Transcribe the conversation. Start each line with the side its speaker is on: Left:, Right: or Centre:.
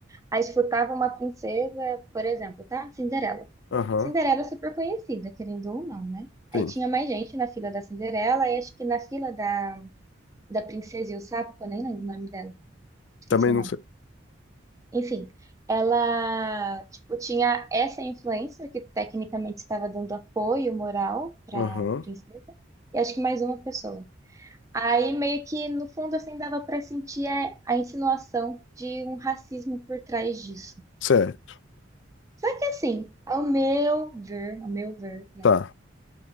Right: Aí escutava uma princesa, por exemplo, tá? Cinderela.
Left: aham,
Right: Cinderela é super conhecida, querendo ou não, né? Aí
Left: sim.
Right: tinha mais gente na fila da Cinderela, e acho que na fila da, da Princesa e o Sapo, que eu nem lembro o nome dela, esqueci
Left: Também
Right: o
Left: não
Right: nome.
Left: sei.
Right: Enfim, ela, tipo, tinha essa influencer que tecnicamente estava dando apoio moral pra
Left: Aham,
Right: princesa, e acho que mais uma pessoa. Aí meio que no fundo assim dava pra sentir é, a insinuação de um racismo por trás disso.
Left: certo,
Right: Só que assim, ao meu ver, ao meu ver, né?
Left: tá.